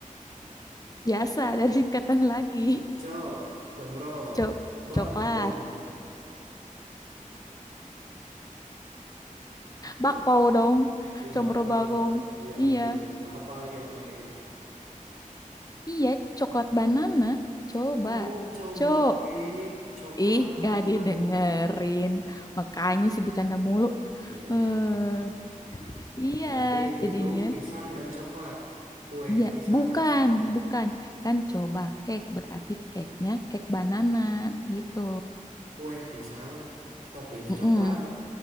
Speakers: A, on the left (about 25°); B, on the right (about 85°).
A: Biasa dari singkatan lagi.
B: Cow, combro,
A: Cok,
B: ba,
A: coklat.
B: bagong,
A: Bakpao dong.
B: iya
A: Combro
B: bakpao,
A: bagong.
B: iya
A: Iya.
B: betul betul. Apalagi apalagi.
A: Iya, coklat banana. Coba.
B: Oh, coba
A: Cok.
B: cake, coklat,
A: Ih,
B: banana.
A: gak didengerin. Makanya si bercanda mulu.
B: Iya
A: Eh,
B: iya maaf maaf maaf maaf.
A: iya,
B: Berarti itu
A: jadinya.
B: tuh pisang dan coklat, kue
A: Iya,
B: pisang
A: bukan,
B: dan coklat,
A: bukan. Kan coba cake berarti cake-nya cake banana gitu.
B: kue pisang, toppingnya
A: Mm-mm.
B: coklat.